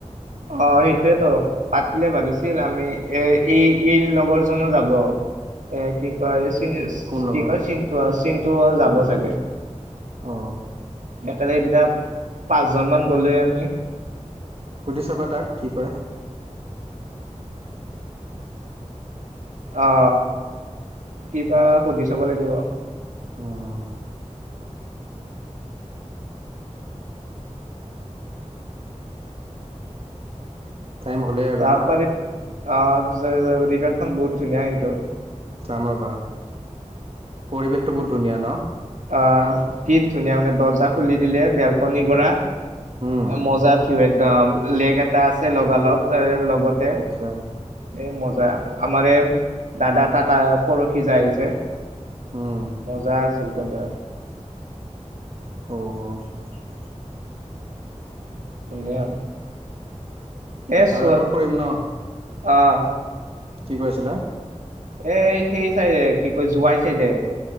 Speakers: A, on the right; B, on the right.
A: অ সেইটোৱেতো পাতিলে ভাল আছিল আমি এ এই এই লগৰ জনো যাব এ কি কয় চি
B: কোন লগৰ
A: কি কয় চিনটু চিনটু যাব চাগে
B: অ
A: একেলগে তেতিয়া পাঁচজনমান গ'লে আমি
B: সুধি চাবা তাক কি কয়
A: অ কিবা সুধি চাব লাগিব
B: উম টাইম হ'লেই আৰু
A: য
B: ন
A: পাৰি অঁ, ৰিজৰ্ট খন বহুত ধুনীয়া সেইটো।
B: যাম ৰ'বা, পৰিৱেশটো বহুত ধুনীয়া ন।
A: অঁ, কি ধুনীয়া মানে দৰ্জা খুলি দিলে বেলকনিৰ পৰা
B: উম
A: মজাত- একদম লেক এটা আছে লগালগ এ লগতে-
B: আচ্ছা।
A: এই মজা। আমাৰ এ দাদা তাকা পৰহি যায় আহিছে।
B: উম।
A: মজা আছিল একদম যা।
B: অঁ।
A: ধুনীয়া। এ চ
B: আৰু এবাৰ কৰিম ন
A: আহ।
B: কি কৈ আছিলা?
A: এ সেই চাই কি কয়? জোৱাই চাই দে।